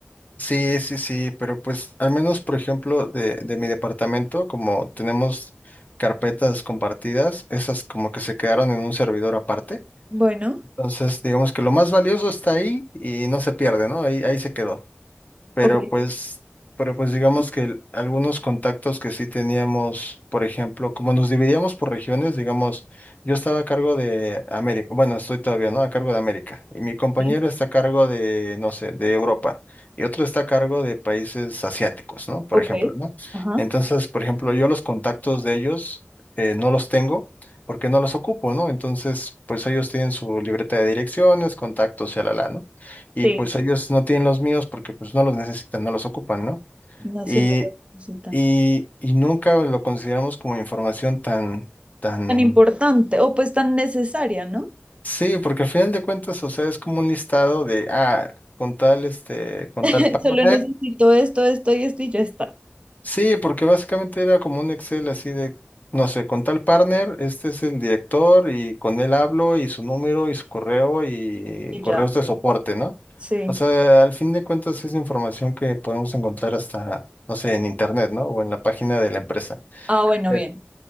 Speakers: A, on the left (about 40°); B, on the right (about 30°).
A: sí, sí, sí, pero pues al menos, por ejemplo, de, de mi departamento, como tenemos carpetas compartidas, esas como que se quedaron en un servidor aparte.
B: Bueno,
A: Entonces, digamos que lo más valioso está ahí y no se pierde, ¿no? Ahí, ahí se quedó. Pero
B: ok,
A: pues, pero pues digamos que el- algunos contactos que sí teníamos, por ejemplo, como nos dividíamos por regiones, digamos, yo estaba a cargo de América, bueno, estoy todavía, ¿no? A cargo de América. Y mi compañero
B: sí,
A: está a cargo de, no sé, de Europa. Y otro está a cargo de países asiáticos, ¿no? Por
B: ok,
A: ejemplo, ¿no?
B: ajá,
A: Entonces, por ejemplo, yo los contactos de ellos eh, no los tengo porque no los ocupo, ¿no? Entonces, pues ellos tienen su libreta de direcciones, contactos, y la, ¿no? y
B: sí,
A: pues ellos no tienen los míos porque pues no los necesitan, no los ocupan, ¿no?
B: no,
A: Y,
B: sí, no es tan,
A: y, y nunca lo consideramos como información tan, tan...
B: tan importante o pues tan necesaria, ¿no?
A: Sí, porque al final de cuentas, o sea, es como un listado de, ah, con tal, este, con
B: <laughs>
A: tal pago.
B: Solo necesito esto, esto y esto y ya está.
A: Sí, porque básicamente era como un Excel así de, no sé, con tal partner, este es el director y con él hablo y su número y su correo y
B: Y
A: correos
B: ya,
A: de soporte, ¿no?
B: sí.
A: O sea, al fin de cuentas es información que podemos encontrar hasta, no sé, en internet, ¿no? O en la página de la empresa.
B: Ah, bueno,
A: Eh,
B: bien.